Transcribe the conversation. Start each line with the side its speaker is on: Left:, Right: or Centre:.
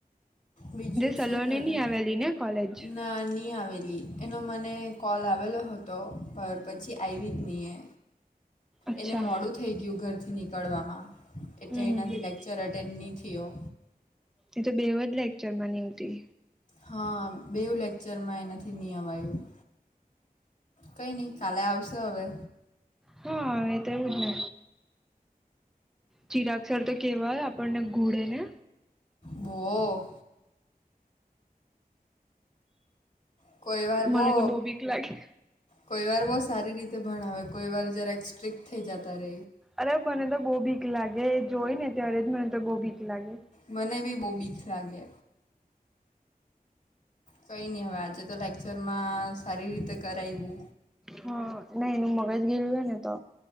Left: બીજું
Centre: સલોની
Left: શું કરે?
Centre: નહી આવેલી ને કોલેજ
Left: નાની આવેલી. એનો મને કોલ આવેલો હતો પર પછી આવી જ નહીએ.
Centre: અચ્છા
Left: એને મોડું થઈ ગયું ઘરથી નીકળવામાં એટલે
Centre: હમ
Left: એનાથી
Centre: હમ હમ
Left: લેક્ચર અટેન ની થીયો.
Centre: એ તો બેવજ લેક્ચરમાં નય હોતી.
Left: હા બેવુ લેક્ચરમાં એના થી અવાય એવું કઈ નહી કાલે આવશો હવે.
Centre: હા એ તો એવું જ ને. ચિરાગ સર તો કેવા આપણને ઘૂડે ને.
Left: બો. કોઈ વાર
Centre: મને
Left: બો
Centre: તો બહુ બીક લાગે
Left: કોઈ વાર બહુ સારી રીતે ભણાવે કોઈ વાર જરાક સ્ટ્રિકક્ટ થઈ જતા રે.
Centre: અરે મને તો બહુ બીક લાગે એ જોય ને ત્યારે જ મને તો બહુ બીક લાગે
Left: મને બી બહુ બીક લાગે. કંઈ નહીં હવે આજે તો લેક્ચરમાં સારી રીતે કરાયવુ
Centre: હા નહી નું મગજ ગયેલું હોય ને તો